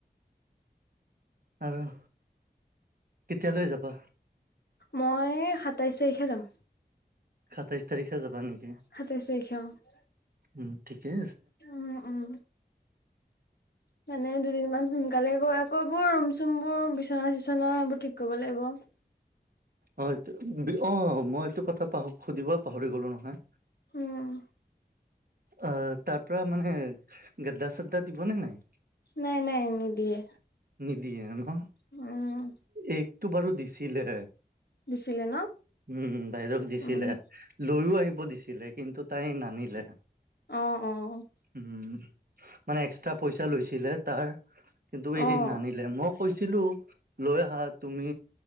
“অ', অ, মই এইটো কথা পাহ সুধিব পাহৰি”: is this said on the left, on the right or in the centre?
Right